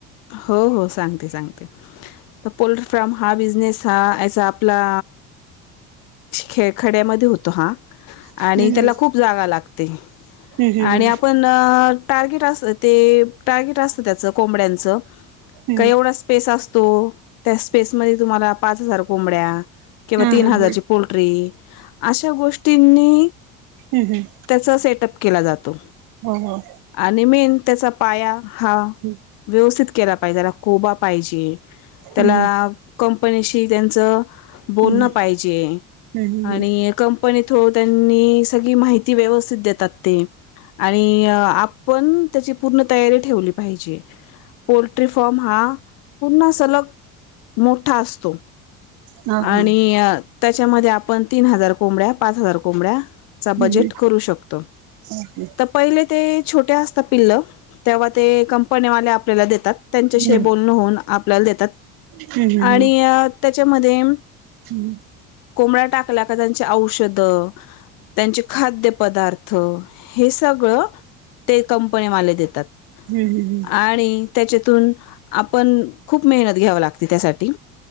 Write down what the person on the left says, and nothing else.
हो हो सांगते सांगते. पोल्ट्री फार्म हा बिझनेस हा याचा आपला खे खड्यामध्ये होतो हा.
आणि त्याला खूप जागा लागते
आणि आपण प टार्गेट अस ते टार्गेट असत त्याच कोंबड्यांच
का एवढं स्पेस असतो त्या स्पेसमध्ये तुम्हाला पाच हजार कोंबड्या. किंवा
तीन हजारची पोल्ट्री अशा गोष्टींनी
त्याचा सेटअप केला जातो.
आणि मेन त्याचा पाया हा.
व्यवस्थित केला पाहिजे त्याला कोबा पाहिजे त्याला
कंपनीशी त्यांचं बोलणं
पाहिजे
आणि एक कंपनी थ्रू त्यांनी सगळी माहिती व्यवस्थित देतात ते आणि आप पण त्याची पूर्ण तयारी ठेवली पाहिजे पोल्ट्री फारम हा. पूर्ण सलग मोठा असतो
आणि त्याच्यामध्ये आपण तीन हजार कोंबड्या, पाच हजार कोंबड्या.
बजेट करू शकतो.
पहिले ते छोटे असतात जेव्हा ते कंपनीवाले आपल्याला देतात. त्यांच्याशी
बोलण होऊन आपल्याला देतात
आणि त्यांच्यामध्ये
कोंबड्या टाकला का त्यांचे औषधं त्यांचे खाद्य पदार्थ हे सगळं ते कंपनीवाले देतात.
आणि त्याच्यातून आपण खूप मेहनत घ्याव लागतो. तिच्यासाठी